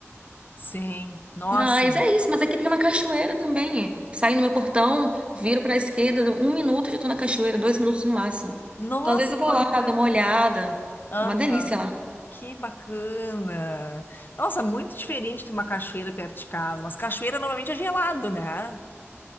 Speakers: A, on the left; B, on the right.
A: Sim. Nossa.
B: Mas é isso, mas aqui tem uma cachoeira também. é. Saio no meu portão, viro para a esquerda, um minuto já estou na cachoeira, dois minutos no máximo.
A: Nossa,
B: Então, às vezes eu
A: que
B: vou
A: bacana.
B: lá, dou uma olhada.
A: Aham.
B: Uma delícia lá.
A: Que bacana. Nossa, muito diferente de uma cachoeira perto de casa. Mas cachoeira normalmente é gelado, né?